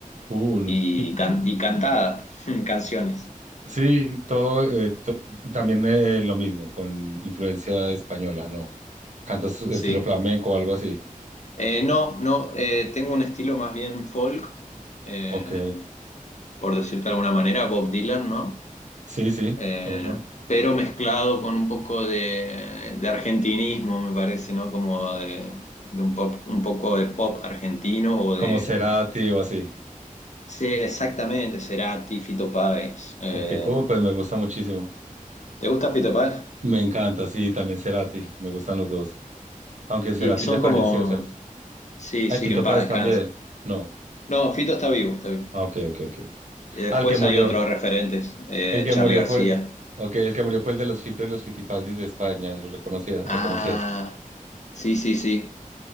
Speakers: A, on the right (about 60°); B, on the left (about 55°).
A: Cool.
B: y,
A: Y-
B: can- y cantada, <laughs> canciones,
A: sí, todo, eh, to- también eh, lo mismo, con influencia española, ¿no? Cantos estilo
B: sí.
A: flamenco o algo así.
B: Eh, no, no, eh, tengo un estilo más bien folk, eh,
A: Ok.
B: por decirte de alguna manera, Bob Dylan, ¿no?
A: Sí, sí,
B: Eh,
A: conozco.
B: pero mezclado con un poco de, de argentinismo, me parece, ¿no? Como de, de un pop, un poco de pop argentino o
A: Como
B: de...
A: Cerati o así.
B: Sí, exactamente, Cerati, Fito Páez. eh,
A: Ok. Uh, pues me gusta muchísimo.
B: ¿Te gusta Fito Páez?
A: Me encanta, sí, también Cerati. Me gustan los dos. Aunque Cerati
B: Y son
A: ya falleció,
B: como,
A: ¿cierto?
B: sí,
A: Ay,
B: sí,
A: Fito
B: que en paz
A: Páez
B: descanse.
A: también. No.
B: No, Fito está vivo, está vivo.
A: Ah, ok, ok, ok.
B: Y después
A: Al que murió.
B: hay otros referentes, eh,
A: El que
B: Charly
A: murió
B: García.
A: fue, okay, el que murió fue el de los Fito y los Fitipaldis de España, lo reconocías,
B: Ah,
A: lo conocías.
B: sí, sí, sí.